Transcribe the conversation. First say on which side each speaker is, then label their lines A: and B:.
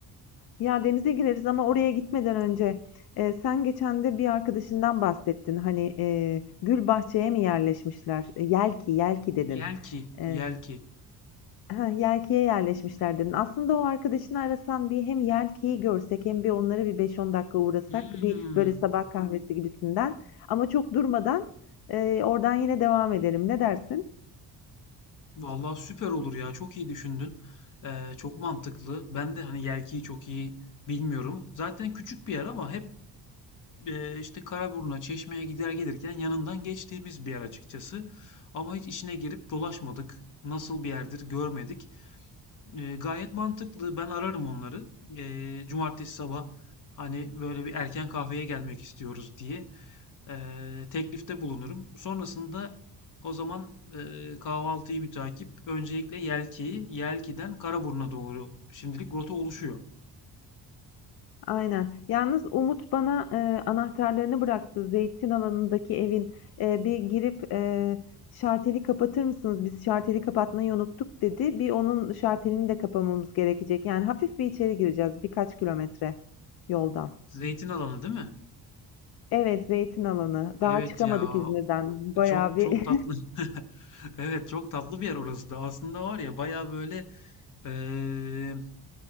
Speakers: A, on the left (about 65°); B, on the left (about 50°).
A: Ya denize gireriz ama oraya gitmeden önce e, sen geçen de bir arkadaşından bahsettin. Hani e, gül Bahçeye mi yerleşmişler? E, Yelki, Yelki dedin.
B: Yelki,
A: E,
B: yelki.
A: ha, Yelki'ye yerleşmişler dedin. Aslında o arkadaşını arasan bir hem Yelki'yi görsek hem bir onlara bir 5-10 dakika uğrasak
B: Hmm.
A: bir böyle sabah kahvesi gibisinden. Ama çok durmadan e, oradan yine devam edelim. Ne dersin?
B: Vallahi süper olur ya. Çok iyi düşündün. Ee, çok mantıklı. Ben de hani Yelki'yi çok iyi bilmiyorum. Zaten küçük bir yer ama hep e, işte Karaburun'a, Çeşme'ye gider gelirken yanından geçtiğimiz bir yer açıkçası. Ama hiç içine girip dolaşmadık. Nasıl bir yerdir görmedik. Ee, gayet mantıklı. Ben ararım onları. Ee, cumartesi sabah hani böyle bir erken kahveye gelmek istiyoruz diye eee, teklifte bulunurum. Sonrasında o zaman eee, kahvaltıyı mütakip öncelikle Yelki'yi, Yelki'den Karaburun'a doğru şimdilik rota oluşuyor.
A: Aynen. Yalnız Umut bana e, anahtarlarını bıraktı. Zeytin alanındaki evin E, bir girip e, şarteli kapatır mısınız? Biz şarteli kapatmayı unuttuk dedi. Bir onun şartelini de kapamamız gerekecek. Yani hafif bir içeri gireceğiz birkaç kilometre yoldan.
B: Zeytin alanı değil mi?
A: Evet, zeytin alanı.
B: Evet
A: Daha çıkamadık
B: ya
A: İzmir'den. Bayağı
B: çok
A: bir
B: çok tatlı. <laughs> Evet çok tatlı bir yer orası da. Aslında var ya baya böyle eee,